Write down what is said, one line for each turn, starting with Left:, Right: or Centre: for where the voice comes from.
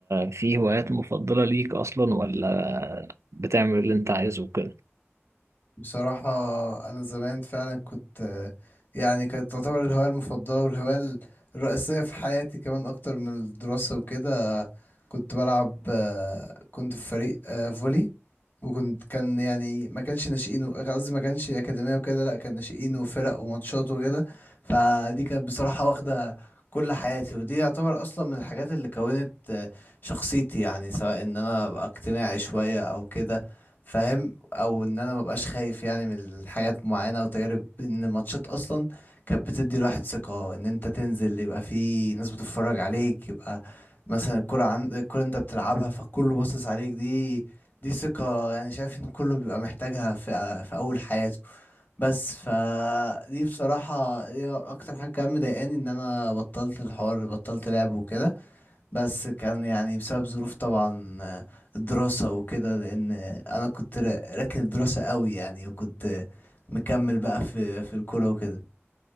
Right: في هوايات مفضلة ليك أصلا ولا بتعمل اللي أنت عايزه وكده؟
Left: بصراحة أنا زمان فعلا كنت آه، يعني كانت تعتبر الهواية المفضلة والهواية الرئيسية في حياتي كمان أكتر من الدراسة وكده كنت بلعب آه، كنت في فريق آه، فولي وكنت كان يعني ما كانش ناشئين و- قصدي ما كانش أكاديمية وكده لا كان ناشئين وفرق وماتشات وكده فدي كانت بصراحة واخدة كل حياتي ودي يعتبر أصلا من الحاجات اللي كونت آه، شخصيتي يعني سواء إن أنا أبقى اجتماعي شوية أو كده فاهم أو إن أنا مبقاش خايف يعني من الحاجات معينة وتجارب إن الماتشات أصلا كانت بتدي الواحد ثقة إن أنت تنزل يبقى في ناس بتتفرج عليك يبقى مثلا الكرة عند الكرة أنت بتلعبها فكله باصص عليك دي دي ثقة يعني شايف ان كله بيبقى محتاجها في في اول حياته بس فدي بصراحة هي اكتر حاجة كان مضايقاني ان انا بطلت الحوار بطلت لعب وكده بس كان يعني بسبب ظروف طبعا آه، الدراسة وكده لان انا كنت را- راكن الدراسة قوي يعني وكنت مكمل بقى في في الكورة وكده